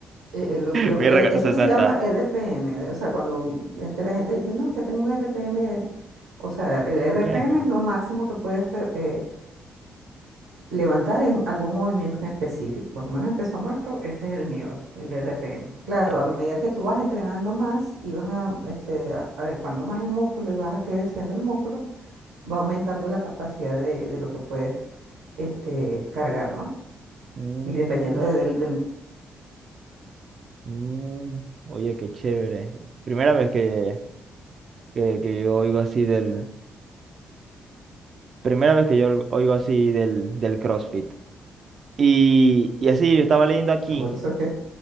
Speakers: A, on the right; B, on the right.
A: Eh, eh, lo- lo-
B: Mi
A: eh,
B: recompensa
A: eso se
B: santa.
A: llama RPM. O sea, cuando este, la gente dice, no, que tengo un RPM. O sea, el RPM
B: RPM.
A: es lo máximo que puedes re- eh, levantar en algún movimiento en específico. Por lo menos en peso muerto, ese es el mío, el RPM. Claro,
B: Eh,
A: a medida que tú vas entrenando más y vas a, este, a- adecuando más el músculo y vas creciendo el músculo, va aumentando la capacidad de, de lo que puedes este, cargar, ¿no?
B: mm,
A: Y dependiendo de- del, del...
B: mm, oye, qué chévere. Primera vez que, que, que yo oigo así del. Primera vez que yo oigo así del, del CrossFit. Y, y así, yo estaba leyendo aquí.
A: Por eso es que...